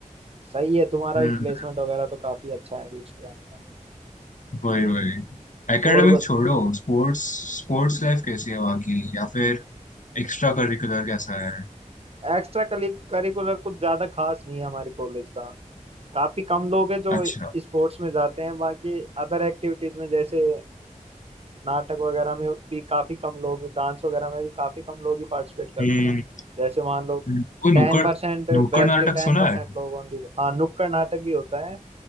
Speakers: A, on the right; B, on the left.
A: सही है तुम्हारा
B: हम्म
A: भी प्लेसमेंट वगैरह तो काफी अच्छा है बीट्स पुराने का
B: वही वही एकेडमिक
A: और बस
B: छोड़ो स्पोर्ट्स स्पोर्ट्स लाइफ कैसी है वहाँ की या फिर एक्स्ट्रा करिकुलर कैसा है
A: एक्स्ट्रा करिकुलर कुछ ज्यादा खास नहीं है हमारे कॉलेज का काफी कम लोग हैं जो
B: अच्छा
A: स्पोर्ट्स में जाते हैं बाकी अदर एक्टिविटीज में जैसे नाटक वगैरह में भी काफी कम लोग डांस वगैरह में भी काफी कम लोग ही पार्टिसिपेट करते
B: हम्म
A: हैं जैसे मान लो
B: हम्म, वो
A: टेन
B: नुक्कड़
A: परसेंट
B: नुक्कड़
A: बैच
B: नाटक
A: के टेन
B: सुना
A: परसेंट
B: है
A: लोग ओनली हाँ नुक्कड़ नाटक भी होता है